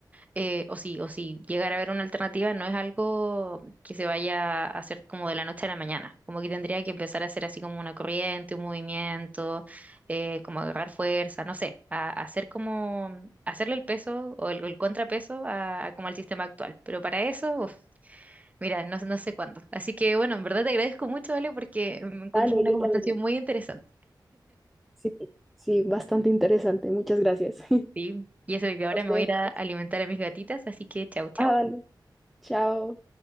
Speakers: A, on the right; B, in the centre.
A: eh, o si, o si llegar a ver una alternativa, no es algo que se vaya a hacer como de la noche a la mañana. Como que tendría que empezar a hacer así como una corriente, un movimiento, eh, como agarrar fuerza, no sé, a, a hacer como, hacerle el peso o el, el contrapeso a, a como al sistema actual. Pero para eso, uf, mira, no, no sé cuándo. Así que bueno, en verdad te agradezco mucho, Ale, porque me encuentro
B: Dale,
A: una
B: yo
A: conversación
B: también.
A: muy interesante.
B: Sí, sí, bastante interesante. Muchas gracias. <laughs> Nos
A: Sí. Y eso, y ahora me
B: vemos.
A: voy a ir a alimentar a mis gatitas, así que chau, chau.
B: Ah, vale. Chao.